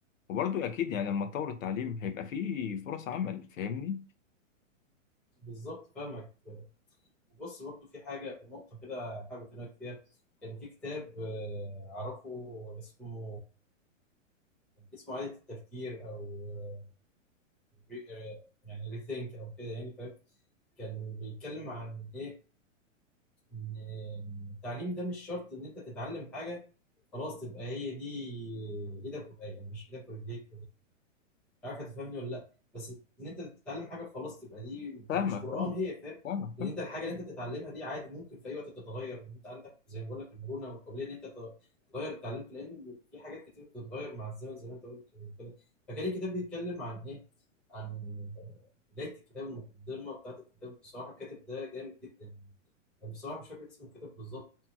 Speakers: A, on the left; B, in the centre.
A: وبرضه أكيد يعني لما تطور التعليم هيبقى فيه فرص عمل فاهمني؟
B: بالظبط فاهمك بص برضو في حاجه نقطه كده حابب اكلمك فيها كان في كتاب آه، اعرفه اسمه اسمه عادة التفكير او آه، ري- آه، يعني ريثينك او كده يعني فاهم كان بيتكلم عن ايه ان التعليم ده مش شرط ان انت تتعلم حاجه خلاص تبقى هي دي ايدك و- يعني مش ايدك ورجليك عارف هتفهمني ولا لا بس ان انت تتعلم حاجه خلاص تبقى دي
A: فاهمك
B: مش قران
A: فاهم
B: هي فاهم
A: فاهمك
B: ان
A: فاهم
B: انت الحاجه
A: فاهم.
B: اللي انت بتتعلمها دي عادي ممكن في اي وقت تتغير ان انت عندك زي ما بقول لك المرونه والقابليه ان انت ت- تغير اللي اتعلمته لان في حاجات كتير بتتغير مع الزمن زي ما انت قلت كده فكان الكتاب بيتكلم عن ايه عن بدايه الكتاب المقدمه بتاعت الكتاب بصراحه الكاتب ده جامد جدا يعني بصراحه مش فاكر اسم الكاتب بالظبط